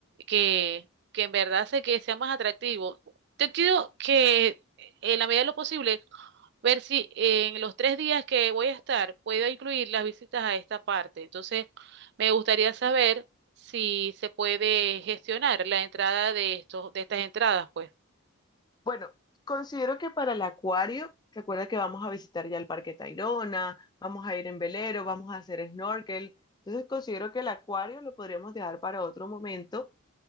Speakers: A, on the right; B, on the left.
A: que, que en verdad hace que sea más atractivo. Yo quiero que en la medida de lo posible, ver si en los tres días que voy a estar puedo incluir las visitas a esta parte. Entonces, me gustaría saber si se puede gestionar la entrada de estos, de estas entradas, pues.
B: Bueno, considero que para el acuario, recuerda que vamos a visitar ya el Parque Tayrona, vamos a ir en velero, vamos a hacer snorkel. Entonces considero que el acuario lo podríamos dejar para otro momento.